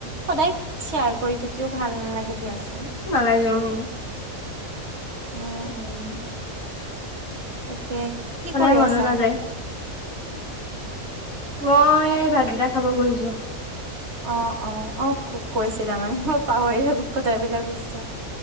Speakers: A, on the right (about 50°); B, on the left (about 70°).
A: সদায় শ্বেয়াৰ কৰি থাকিও ভাল নালাগে দিয়াচোন।
B: নালাগে উম।
A: উম উম তাকে। কি
B: সদায়
A: কৰি
B: মনো
A: আছা?
B: নাযায়। মই ভাতকিটা খাব বহিছোঁ।
A: অ অ অ খুব কৈছিলা মানে মই পাহৰি থাকো কথাবিলাক বুজিছা